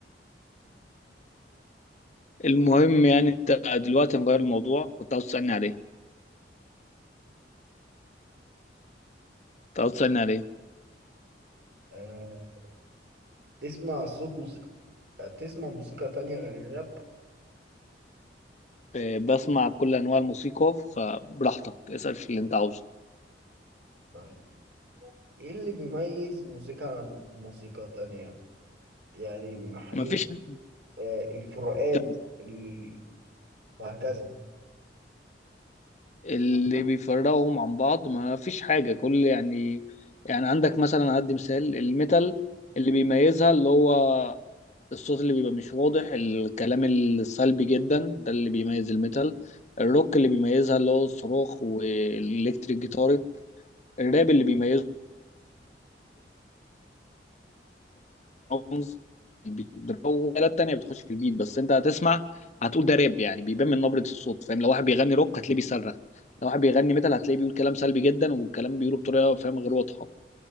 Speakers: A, on the left; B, on the right.
A: المهم يعني انت دلوقتي مغير الموضوع كنت عاوز تسالني عليه كنت عاوز تسالني عليه
B: أه تسمع صوت موسيقى تسمع موسيقى تانية غير الراب
A: آه، بسمع كل انواع الموسيقى فبراحتك اسال في اللي انت عاوزه
B: طيب ايه اللي بيميز موسيقى عن موسيقى تانية يعني من حيث
A: مفيش حاجة
B: أه الفروقات
A: كان
B: ال- وهكذا
A: اللي بيفرقهم عن بعض ما فيش حاجة كل يعني يعني عندك مثلا هدي مثال الميتال اللي بيميزها اللي هو الصوت اللي بيبقى مش واضح الكلام السلبي جدا ده اللي بيميز الميتال الروك اللي بيميزها اللي هو الصراخ والإلكتريك جيتار الراب اللي بيميزه الدرامز الآلة التانية بتخش في البيت بس أنت هتسمع هتقول ده راب يعني بيبان من نبرة الصوت فاهم لو واحد بيغني روك هتلاقيه بيصرخ لو واحد بيغني ميتال هتلاقيه بيقول كلام سلبي جدا والكلام بيقوله بطريقة فاهم غير واضحة